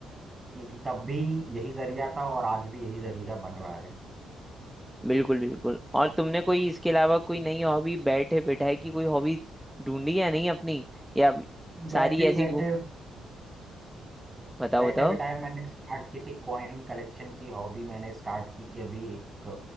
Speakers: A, on the right; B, in the centre.
A: कि तब भी यही जरिया था और आज भी यही जरिया बन रहा है
B: बिल्कुल बिल्कुल और तुमने कोई इसके अलावा कोई नई हॉबी बैठे बिठाए की कोई हॉबी ढूंढी या नहीं अपनी या अभी
A: बैठे
B: सारी ऐसी
A: बैठे
B: गु- बताओ
A: बैठे
B: बताओ
A: बैठाए मैंने स्टार्ट की थी कॉइन कलेक्शन की हॉबी मैंने स्टार्ट की कि अभी एक अ,